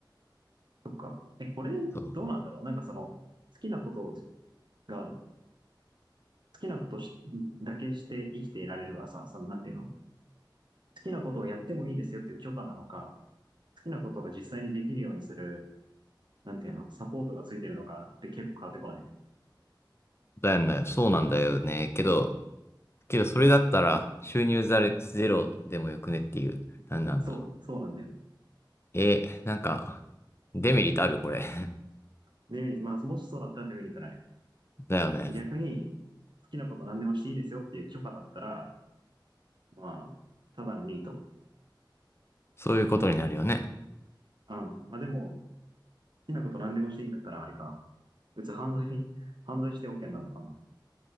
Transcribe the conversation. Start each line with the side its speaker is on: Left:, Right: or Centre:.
Right: そっか。え、これ、
Left: そう。
Right: どうなんだろう。なんかその、好きなことが、好きなことしだけして生きていられるがさ、その、なんていうの好きなことをやってもいいですよっていう許可なのか、好きなことが実際にできるようにする、なんていうのサポートがついてるのかって結構変わってこない。
Left: だよね。そうなんだよね。けど、けどそれだったら収入ザレゼロでもよくねっていう。
Right: うん。
Left: 何なんだろ
Right: そう、そうなんだよ。
Left: う。えー、なんか、デメリットあるこれ。<laughs>
Right: デメリット、まあ、もしそうだったらデメリットない。
Left: だよね。
Right: で逆に、好きなこと何でもしていいですよっていう許可だったら、まあ、ただのニート。
Left: そういうことになるよね。
Right: うん。まあでも、好きなこと何でもしていいんだったら、あれか。別に犯罪、犯罪して OK なのかな。